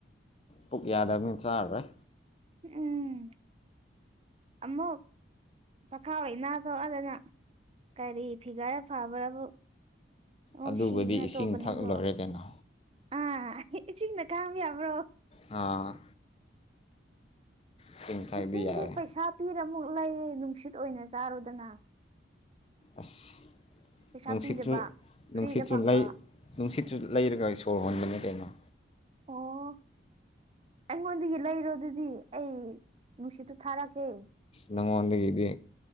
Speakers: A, on the left; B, on the right.
A: ꯄꯨꯛ ꯌꯥꯗꯕꯅꯤ ꯆꯥꯔꯔꯣꯏ
B: ꯎꯝ ꯑꯃꯑꯣꯛ ꯆꯈꯥꯎ ꯏꯅꯥ ꯊꯣꯛꯑꯗꯅ ꯀꯔꯤ ꯐꯤꯒꯔ ꯐꯕ꯭ꯔꯕꯨ ꯑꯣ
A: ꯑꯗꯨꯕꯨꯗꯤ
B: ꯁꯤꯗꯅ
A: ꯏꯁꯤꯡ
B: ꯇꯣꯛꯀꯥꯅꯤꯀꯣ
A: ꯊꯛ ꯂꯣꯏꯔꯦ ꯀꯩꯅꯣ
B: ꯑꯥ ꯏꯁꯤꯡꯅ ꯈꯥꯡꯕ ꯌꯥꯕ꯭ꯔꯣ
A: ꯑꯥ ꯏꯁꯤꯡ ꯊꯛꯑꯗꯤ
B: ꯏꯁꯤꯡꯗꯤ
A: ꯌꯥꯔꯦ
B: ꯄꯩꯁꯥ ꯄꯤꯔꯃꯨꯛ ꯂꯩꯌꯦ ꯅꯨꯡꯁꯤꯠ ꯑꯣꯏꯅ ꯆꯥꯔꯨꯗꯅ
A: ꯑꯁ
B: ꯄꯩꯁꯥ
A: ꯅꯅꯨꯡꯁꯤꯠꯁꯨ
B: ꯄꯤꯗꯕ
A: ꯅꯨꯡꯁꯤꯠ
B: ꯐ꯭ꯔꯤꯗ
A: ꯆꯨꯂꯥꯏ
B: ꯐꯪꯕ
A: ꯅꯨꯡꯁꯤꯠꯁꯨ ꯂꯩꯔꯒ ꯁꯣꯔ ꯍꯣꯟꯕꯅꯦ ꯀꯩꯅꯣ
B: ꯑꯣ ꯑꯩꯉꯣꯟꯗꯒꯤ ꯂꯩꯔꯣ ꯑꯗꯨꯗꯤ ꯑꯩ ꯅꯨꯡꯁꯤꯠꯇꯨ ꯊꯥꯔꯛꯀꯦ
A: ꯅꯉꯣꯟꯗꯥꯒꯤꯗꯤ